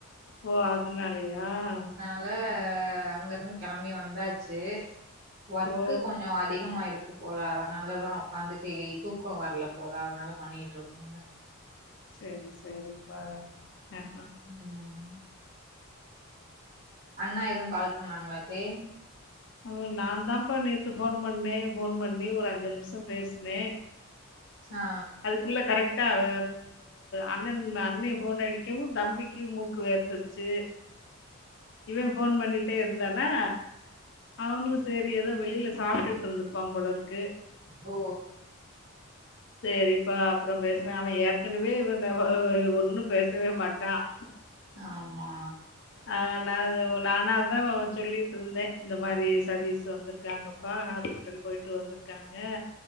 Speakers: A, on the left; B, on the right.
A: ஓ அதனாலயா
B: அதால
A: ம்
B: அங்க இருந்து களம்பி வந்தாச்சு ஒர்க்கு
A: ஓ
B: கொஞ்சோம் அதிகமா இருக்கு போல அதனாலதான் உக்காந்துச்சே தூக்கோம் வரல போல அதனால பண்ணிட்டு இருக்காங்க
A: செரி செரிப்பா ம்
B: ம் அண்ணா எதுவும் கால் பண்ணாங்களா த்தே
A: ஆமா நான் தான்ப்பா நேத்து ஃபோன் பண்ணேன் ஃபோன் பண்ணி ஒரு அஞ்சு நிமிஷோம் பேசுனே
B: ஆ
A: அதுக்குள்ளே கரெக்டாக அண்ணன் அண்ணே ஃபோன் அடிக்கவும் தம்பிக்கு மூக்கு வேர்த்துருச் இவன் ஃபோன் பண்ணிட்டே இருந்தானா அவனும் செரி ஏதோ வெளில சாப்ட்ட்டு இருந்திருப்பான் போலருக்கு
B: ஓ
A: செரிப்பா அப்பறோம் பேசுறேன் அவன் ஏற்கனவே இவன ஒன்னும் பேசவே மாட்டான்
B: ஆமா
A: ஆ நா அது நானா அதான் சொல்லிட்டு இருந்தேன் இந்த மாரி சதீஷ் வந்துருக்காங்க அப்பா ஹாஸ்பிட்டல் போயிட்டு வந்துருக்காங்க